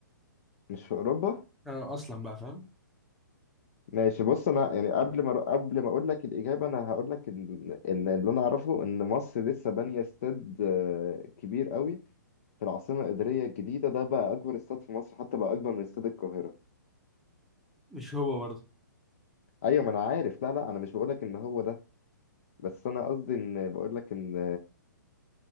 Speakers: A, on the left (about 45°); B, in the centre.
A: مش في أوروبا
B: آه، اصلا بقى فاهم
A: ماشي بص أنا يعني قبل ما قبل ما أقول لك الإجابة أنا هقول لك إن إن اللي أنا أعرفه إن مصر لسه بانية استاد آه، كبير قوي في العاصمة الإدارية الجديدة ده بقى أكبر استاد في مصر حتى بقى أكبر من استاد القاهرة
B: مش هو برضه
A: أيوة ما أنا عارف لا لا أنا مش بقولك إن هو ده بس أنا قصدي إن بقولك إن